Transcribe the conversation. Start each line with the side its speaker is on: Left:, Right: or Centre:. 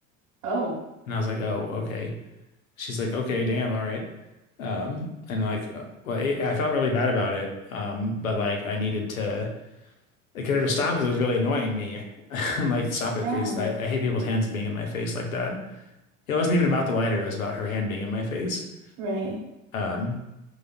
Right: Oh,
Left: And I was like, oh, okay. She's like, okay, damn, all right. Um, and like, uh, well, I I felt really bad about it. Um, but like, I needed to, I could have stopped because it was really annoying me. <laughs> I'm like, stop it,
Right: yeah,
Left: please. I, I hate people's hands being in my face like that. It wasn't even about the lighter, it was about her hand being in my face.
Right: right.
Left: Um,